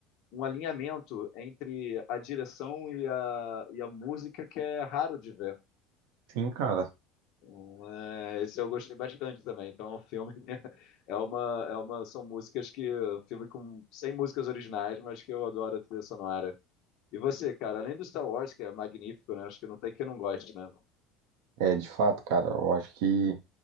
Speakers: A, on the left; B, on the right.
A: um alinhamento entre a direção e a, e a música que é raro de ver.
B: sim, cara.
A: Então, é, esse eu gostei bastante também. Então, o filme <laughs> é uma, é uma, são músicas que. Filme com, sem músicas originais, mas que eu adoro a trilha sonora. E você, cara, além do Star Wars, que é magnífico, né? Acho que não tem quem não goste, né?
B: É, de fato, cara, eu acho que